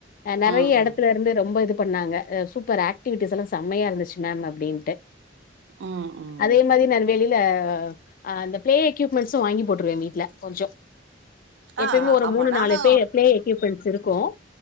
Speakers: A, on the left (about 50°); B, on the right (about 70°).
A: நறையா
B: ம்
A: இடத்துல
B: ம்
A: இருந்து ரொம்ப இது பண்ணாங்க சூப்பர் ஆக்டிவிட்டிஸ் எல்லா செமையாக இருந்துச்சு மேம் அப்டின்ட்டு
B: ம் ம்
A: அதே மாரி நானு வெளில அ அந்த ப்ளே எக்யூப்மண்ட்ஸு வாங்கி போட்ருவே வீட்ல கொஞ்சொ
B: ஆ
A: எப்பெய்மே ஒரு
B: ஆமா
A: மூனு
B: நானு
A: நாலு பே ப்ளே எக்யூப்மண்ட்ஸ் இருக்கு